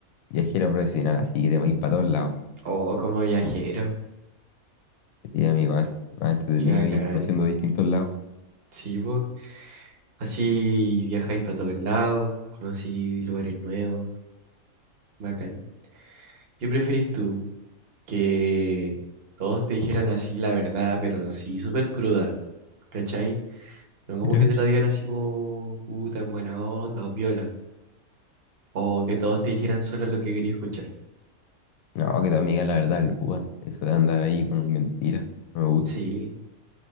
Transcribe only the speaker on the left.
viajero profesional así que te movís para todos lados?
Y amigo, igual, más entretenido
ir conociendo distintos lados.
Ya.
No, que tu amiga, la verdad, grúa. Eso de andar ahí con mentiras, no me gusta.